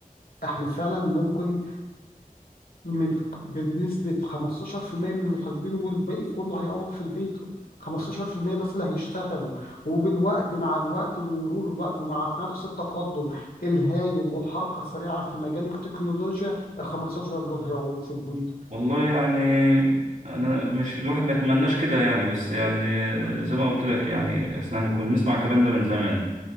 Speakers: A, on the left; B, on the right.
A: احنا فعلا ممكن من بنسبة 15% من المحاسبين والباقي كله هيقعد في البيت 15% بس اللي هيشتغلوا وبالوقت مع الوقت ومرور الوقت ومع نفس التقدم الهايل والحركة السريعة في مجال التكنولوجيا ال 15 دول هيقعدوا في البيت
B: والله يعني انا مش الواحد ما يتمناش كده يعني بس يعني زي ما قلت لك يعني احنا كنا بنسمع الكلام ده من زمان